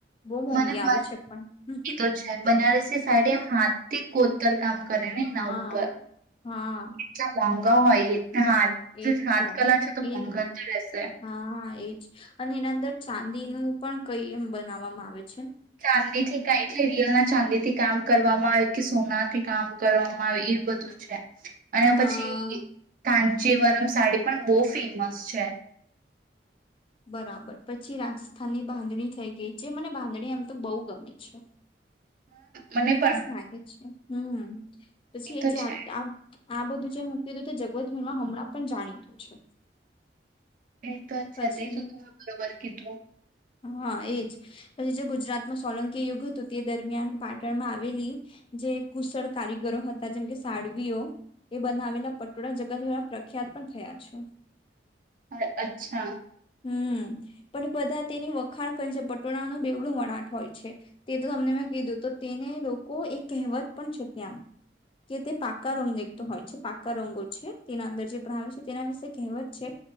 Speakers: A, on the left; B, on the right.
A: બહુ મોંઘી
B: મને
A: આવે છે પણ
B: <inaudible> તો છે બનારસ સાડી એમ હાથ થી કોતર કામ કરે નને એના
A: હા
B: ઉપર
A: હા
B: એટલા મોંઘા હોય. એ હાથ
A: એજ
B: હાથકલા
A: તો
B: છે તો
A: એ
B: મોંઘા જ રહેશે
A: હા એજ અને એના અંદર ચાંદી નું પણ કઈ એમ બનાવવામાં આવે છે
B: ચાંદી થીકાય એટલે રિયલ ચાંદી થી કામ કરવામાં આવે કે સોના થી કામ કરવામાં આવે એ બધું છે અને
A: હા
B: પછી કા જીવનમ સાડી પણ બહુ ફેમસ છે
A: બરાબર પછી રાજસ્થાનની બાંધણી થઈ ગઈ છે મને બાંધણી એમ તો બહુ ગમે છે
B: મને પણ
A: મસ્ત લાગે છે હમ પછી
B: તો
A: એ જે
B: છે
A: આ બધું જે હું કીધું તે જગત વર્મા હમણાં પણ જાણીતું છે
B: એ તો અચ્છા
A: પછી
B: એ ત બરોબર કે તું
A: હા એજ પછી જે ગુજરાતમાં સોલંકી યુગ હતું તે દરમિયાન પાટણમાં આવેલી જે કુશળ કારીગરો હતા જેમ કે સાડવીઓ એ બનાવેલા પટોળા જગત દ્વારા પ્રખ્યાત પણ થયા છે
B: હ અચ્છા
A: હમ પણ બધા તેની વખાણ કઈ છે પટોળાનું બેવડું વણાટ હોય છે તે તો તમને મેં કીધું તો તેને લોકો એક કહેવત પણ છે ત્યાં કે તે પાકા રંગ દખતો હોય છે પાકા રંગો છે તેના અંદર જે પાવે છે તેના વિશે કહેવત છે